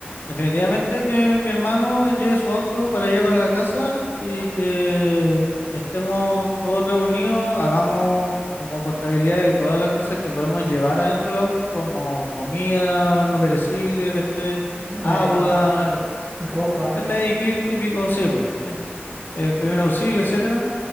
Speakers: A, on the left; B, on the right.
A: definitivamente que mi hermano lleve su auto para allá para la casa y que estemos todos reunidos, hagamos como contabilidad de todas las cosas que podemos llevar adentro del auto, como comida no perecible, ¿cachai? Agua,
B: Eh, r-
A: eh,
B: ropa.
A: el medikit típico, sebo, eh, eh, primer auxilio, etc.